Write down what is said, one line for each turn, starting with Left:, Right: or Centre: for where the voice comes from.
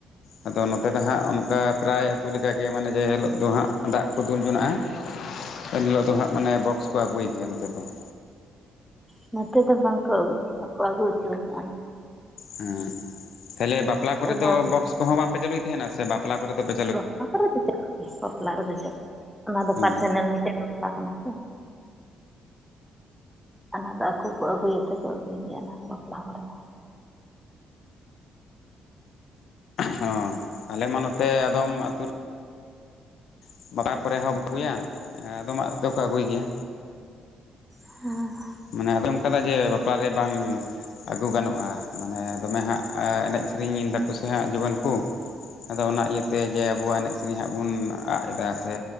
Left: ᱟᱫᱚ ᱱᱚᱛᱮ᱾ ᱫᱚ ᱦᱟᱸᱜ ᱚᱱᱠᱟ ᱯᱨᱟᱭ ᱟᱹᱛᱩ ᱞᱮᱠᱟ ᱜᱮ ᱢᱟᱱᱮ ᱡᱮ ᱦᱤᱞᱳᱜ ᱫᱚ ᱦᱟᱸᱜ ᱫᱟᱜ ᱠᱚ ᱫᱩᱞ ᱡᱚᱱᱟᱜ-ᱟ᱾ ᱮᱱ ᱦᱤᱞᱳᱜ ᱫᱚ ᱦᱸᱜ ᱢᱟᱱᱮ ᱵᱚᱠᱥ ᱠᱚ ᱟᱹᱜᱩᱭ ᱜᱮᱭᱟ ᱱᱚᱛᱮ ᱫᱚ ᱾
Centre: ᱦᱮᱸ ᱱᱚᱛᱮ ᱫᱚ ᱵᱟᱝ ᱠᱚ ᱵᱟᱠᱚ ᱟᱹᱜᱩ ᱚᱪᱚᱠᱚᱣᱟ ᱾
Left: ᱦᱚᱸ ᱛᱟᱦᱞᱮ ᱵᱟᱯᱞᱟ ᱠᱚᱨᱮᱫ
Centre: ᱮᱞᱟᱣ
Left: ᱫᱚ ᱵᱚᱠᱥ ᱠᱚᱦᱚᱸ ᱵᱟᱝᱯᱮ ᱪᱟᱹᱞᱩᱭ ᱛᱟᱦᱮᱸᱱᱟ ᱥᱮ ᱵᱟᱯᱞᱟ ᱠᱚ ᱨᱮ ᱫᱚ ᱯᱮ᱾
Centre: ᱵᱟᱯᱞᱟ ᱠᱚᱨᱮ ᱫᱚ ᱪᱟᱹᱞᱩ ᱨᱮᱭᱟ ᱵᱟᱯᱞᱟ ᱨᱮ ᱫᱚ ᱪᱟᱹᱞᱟᱜ ᱚᱱᱟ ᱫᱚ
Left: ᱚ
Centre: ᱯᱟᱨᱥᱚᱱᱟᱞ ᱢᱤᱴᱟᱱ ᱵᱟᱯᱞᱟ ᱠᱟᱱᱟ ᱥᱮ᱾ ᱚᱱᱟ ᱫᱚ ᱟᱠᱚ ᱠᱚ ᱟᱹᱜᱩᱭ ᱛᱮ ᱠᱚ ᱟᱹᱜᱩᱭ ᱜᱮᱭᱟ ᱚᱱᱟ ᱫᱚ ᱵᱟᱯᱞᱟ ᱦᱚᱲ ᱨᱮ᱾
Left: ᱦᱚᱸ ᱟᱞᱮ ᱢᱟ ᱱᱚ ᱛᱮ ᱟᱫᱚᱢ ᱟᱛ ᱨᱮ᱾ <unintelligible> ᱠᱚ ᱨᱮ ᱦᱚᱸᱢ ᱟᱹᱜᱩᱭᱟ ᱟᱫᱚᱢᱟᱜ ᱨᱮ ᱫᱚ ᱟᱹᱜᱩᱭ ᱜᱮᱭᱟ᱾
Centre: <inaudible>
Left: ᱢᱟᱱᱮ ᱟᱫᱚᱢ ᱠᱟᱫᱟ ᱡᱮ ᱵᱟᱯᱞᱟ ᱨᱮ ᱵᱟᱝ᱾ ᱟᱹᱜᱩ ᱜᱟᱱᱚᱜ-ᱟ, ᱢᱟᱱᱮ ᱫᱚᱢᱮ ᱦᱟᱸᱜ ᱮᱱᱮᱡ ᱥᱮᱨᱮᱧ ᱫᱟᱠᱚ ᱥᱮ ᱦᱟᱸᱜ ᱡᱩᱣᱟᱹᱱ ᱠᱚ᱾ ᱟᱫᱚ ᱚᱱᱟ ᱤᱭᱟᱹ ᱛᱮ ᱡᱮ ᱟᱵᱚᱣᱟᱜ ᱮᱱᱮᱡ ᱥᱮᱨᱮᱧ ᱦᱟᱸᱜ ᱵᱚᱱ ᱟᱫ᱾ ᱪᱮᱫᱟᱜ ᱥᱮ